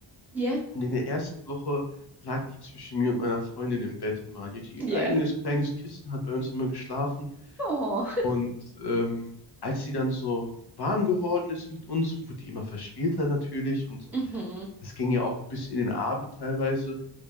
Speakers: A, in the centre; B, on the left.
A: ja,
B: und in der ersten Woche lag die zwischen mir und meiner Freundin im Bett immer. Die hatte ihr
A: ja.
B: eigenes kleines Kissen, hat bei uns immer geschlafen.
A: Oh.
B: Und ähm, als sie dann so warm geworden ist mit uns, wurde die immer verspielter natürlich und
A: Mhm.
B: das ging ja auch bis in den Abend teilweise.